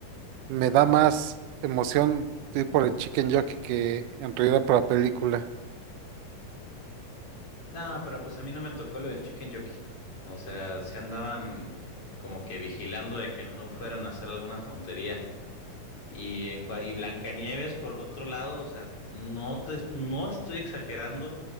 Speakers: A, on the right; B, on the left.
A: me da más emoción ir por el Chicken Jockey que en realidad por la película.
B: No, pero pues a mí no me tocó lo del Chicken Jockey. O sea, se andaban como que vigilando de que no fueran a hacer alguna tontería. Y en cua- y Blancanieves, por otro lado, o sea, no te, no estoy exagerando,